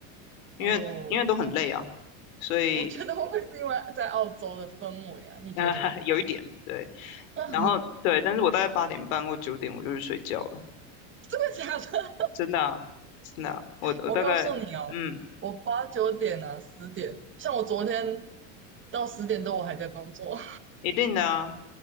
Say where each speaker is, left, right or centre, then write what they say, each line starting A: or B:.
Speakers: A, on the left; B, on the right.
A: 因为因为都很累啊，
B: 哦，
A: 所以
B: 我觉得会不会是因为在澳洲的氛围啊？你觉得呢？
A: 呃 <laughs> 有一点对，
B: <laughs>
A: 然后对，但是我大概八点半或九点我就去睡觉了，
B: 真的假的？
A: 真的啊，真的啊我我大概嗯，
B: 我告诉你哦，我八九点啊，十点，像我昨天到十点多我还在工作，
A: 一定的啊，